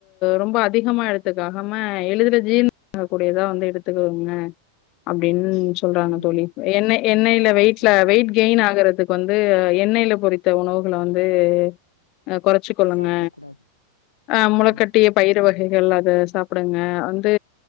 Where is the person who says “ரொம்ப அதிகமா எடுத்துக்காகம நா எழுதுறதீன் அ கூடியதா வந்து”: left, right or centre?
Left